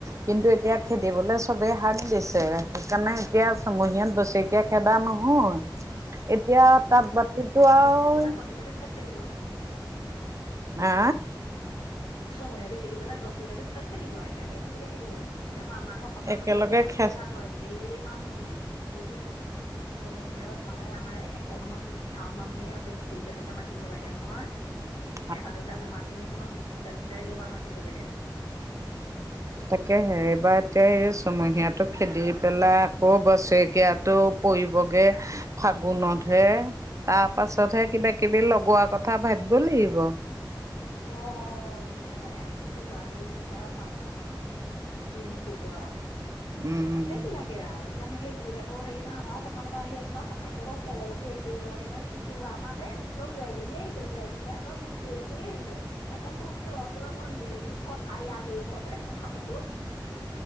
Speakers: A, on the right; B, on the left.
A: কিন্তু এতিয়া খেদিবলে চবে হাক দিছে, সেইকাৰণে এতিয়া ছমহীয়াত বছে কীয়া খেদা নহয়, এতিয়া তাঁত বাতিতো আও
B: বছকীয়া টো পিছত খেদিব আও।
A: আ
B: চমহীয়াটো খেদি পেলাই বছৰেকীটো পিছত খদিব আৰু একেলগেনো কেলে খেদিব লাগে, সেইবিলাক আমাৰ আকৌ সকাম
A: একেলগে
B: পাতিবলৈ বৰ
A: খে
B: দিগদাৰ হয় ঢেৰ মানুহ এইবোৰ ছমহীয়াৰ মানে আমাৰ এশ ঘৰ মান গাঁৱত মানুহে আছে গোটেই বিলাককে মাতিব লাগে নহয়
A: উ <inaudible>
B: এটা দুটা নেমাতিলেও নহয় দুটা দুটাই একেবাৰ মাতিব লাগে দেখোন
A: তাকেহে সেইবাৰ এতিয়া এই চুমহীয়াটো খেদি পেলাই আকৌ বছৰেকীয়াটো পৰিবগে ফাগুনতহে। তাৰ পাছতহে কিবা কিবি লগোৱাৰ কথা ভাবিব লাগিব।
B: অঁ, উপায় নাই আৰু কি কব আও আহি পৰিছে আও কামান আও কিনো ক'ব আও‌
A: উম
B: সেইবিলাক সে আৰু এতিয়া মানে সেই এতিয়া হেৰি নহয় আমাৰ সকাম এটা আহি আছে নহয় সকামতে আকৌ কলো হেৰি কৰিব লাগে ন কি কব আমাক এই ওচৰ বোৱাৰীজনীয়ে আহিছে বোৱাৰী জনিয়ে মোক চিঞৰি চিঞৰি আহিছে, তাকে মই কছো ৰ চোন ৰ মই হেৰি কথাই আজৰি পৰত হে কথা পাতো।